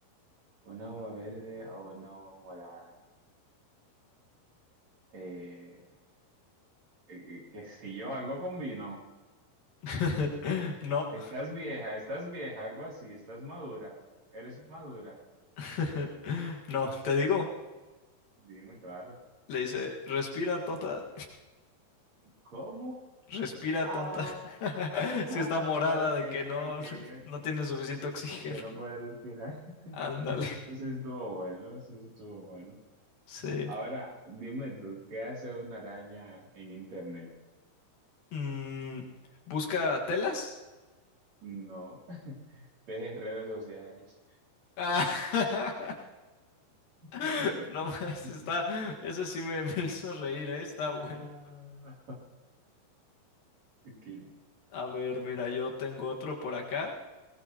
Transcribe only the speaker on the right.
una uva verde a una uva morada. Eh, eh, eh, qué sé yo, algo con vino.
Estás vieja, estás vieja, algo así, estás madura, eres madura.
Dime, claro.
¿Cómo?
Ah,
<laughs>
ok,
ok,
ok.
De que no puedo respirar. <laughs>
Entonces estuvo bueno, sí, sí estuvo bueno.
Ahora, dime tú, ¿qué hace una araña en internet?
No, <laughs> teje redes sociales.
<laughs>
Ah,
aquí.